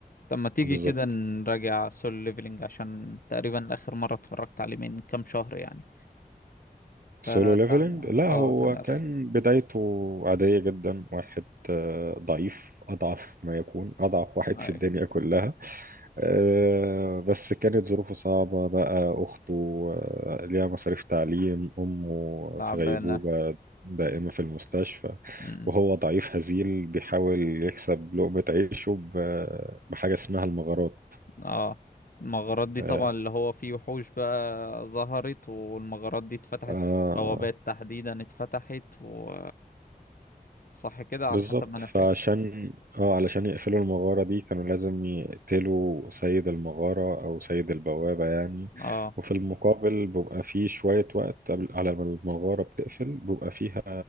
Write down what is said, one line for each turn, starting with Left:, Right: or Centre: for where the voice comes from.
Left: طب ما تيجي
Right: بالظبط
Left: كده نراجع سول ليفلينج عشان تقريبا اخر مرة اتفرجت عليه من كام شهر يعني
Right: سولو
Left: فتعال
Right: ليفلنج لا
Left: اه
Right: هو
Left: تعال نراجع
Right: كان بدايته عادية جدا واحد آه، ضعيف أضعف ما يكون أضعف واحد
Left: ايوه
Right: في الدنيا كلها آه، بس كانت ظروفه صعبة بقى أخته آه، ليها مصاريف تعليم أمه
Left: تعبانة
Right: في غيبوبة دائمة في المستشفى
Left: مم.
Right: وهو ضعيف هزيل بيحاول يكسب لقمة عيشه ب- بحاجة اسمها المغارات
Left: اه المغارات دي
Right: آه
Left: طبعا اللي هو فيه وحوش بقى ظهرت والمغارات دي اتفتحت
Right: آه،
Left: بوابات تحديدا اتفتحت و صح كده على
Right: بالظبط
Left: حسب ما انا
Right: فعشان
Left: فاكر
Right: اه علشان يقفلوا المغارة دي كانوا لازم يقتلوا سيد المغارة أو سيد البوابة يعني
Left: اه
Right: وفي المقابل بيبقى فيه شوية وقت قبل على ما المغارة بتقفل بيبقى فيها